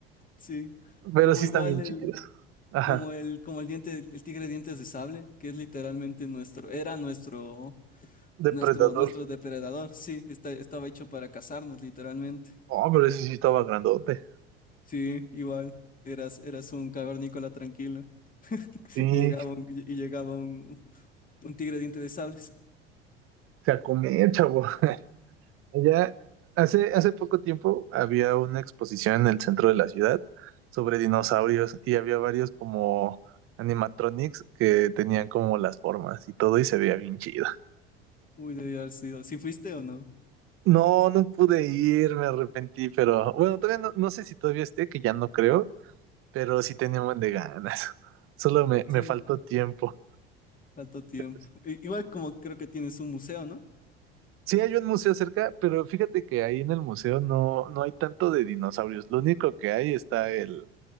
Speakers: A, on the left; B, on the right.
A: Sí.
B: pero
A: Como
B: sí
A: igual
B: están bien
A: el,
B: chidos. Ajá.
A: como el, como el diente, el tigre de dientes de sable, que es literalmente nuestro, era nuestro.
B: Depredador.
A: Nuestro, nuestro depredador, sí, está- estaba hecho para cazarnos, literalmente.
B: Oh, pero ese sí estaba grandote.
A: Sí, igual. Eras, eras un cavernícola tranquilo. <laughs>
B: Sí.
A: Y llegaba un, y llegaba un, un tigre diente de sables.
B: Se a comer, chavo. <laughs> Allá, hace, hace poco tiempo había una exposición en el centro de la ciudad sobre dinosaurios y había varios como animatronics que tenían como las formas y todo y se veía bien chido.
A: Uy, debió haber sido. ¿Sí fuiste o no?
B: No, no pude ir, me arrepentí, pero bueno, todavía no, no sé si todavía esté, que ya no creo, pero sí tenía un buen de ganas. <laughs> Solo me, me
A: Sí,
B: faltó tiempo.
A: faltó tiempo.
B: Pero sí.
A: I- igual como creo que tienes un museo, ¿no?
B: Sí hay un museo cerca, pero fíjate que ahí en el museo no, no hay tanto de dinosaurios. Lo único que hay está el,